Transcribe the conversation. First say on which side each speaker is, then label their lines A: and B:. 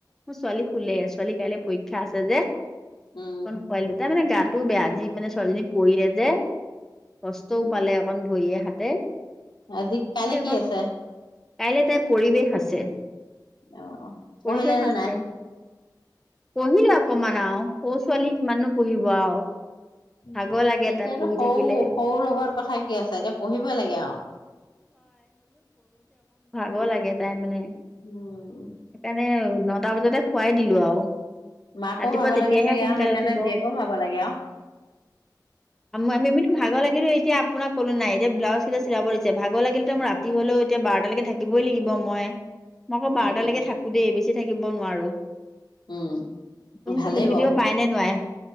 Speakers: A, in the centre; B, on the left.
A: মোৰ ছোৱালী শুলে। ছোৱালী কাইলৈ পৰীক্ষা আছে যে,
B: উম।
A: অকন শুৱাই দিলো। তাই মানে গাত টো বেয়া। আজি মানে ছোৱজনী পৰিলে যে। কষ্টও
B: উম।
A: পালে অকণ ভৰিয়ে-হাতে তে।
B: আজি, কাইলৈ
A: তাকে
B: কি আছে?
A: কাইলে তাইৰ পৰিৱেশ আছে।
B: অ',
A: পৰিৱেশ
B: পঢ়িলেনে
A: আছে
B: নাই?
A: পঢ়িলে অকমান আও। সৰু ছোৱালী কিমানো পঢ়িব আও।
B: উম,
A: ভাগৰ লাগে
B: এতিয়াতো
A: তাই পঢ়ি
B: সৰু,
A: থাকিলে
B: সৰু লগত কথা কি আছে? এতিয়া পঢ়িব লাগে আও।
A: গৰ লাগে তাই মানে।
B: উম।
A: <unintelligible> নটা বজাতে খোৱাই দিলো আৰু।
B: মাকো
A: ৰাতিপুৱা
B: ভাগৰ
A: তেতিয়াহে
B: লাগে চাগে
A: সোনকালে
B: আৰু সেইকাৰণে
A: উঠিব।
B: জীয়েকো ভাগৰ লাগে আৰু।
A: অমি-আমিতো ভাগৰ লাগিলেওঁ এতিয়া আপোনাক কলো নাই এতিয়া ব্লাউজ চা-চিলাব দিছে। ভাগৰ লাগিলেওঁটো মই ৰাতি হলেও এতিয়া বাৰতা লৈকে থাকিবই লাগিব মই। মই আকৌ
B: তাকেই
A: বাৰটালৈকে থাকো দেই, বেছ থাকিব নোৱাৰো।
B: উম।
A: আপুনি
B: ভালেই
A: টোপনি খতিব
B: বাৰু।
A: পাৰে নে নোৱাৰে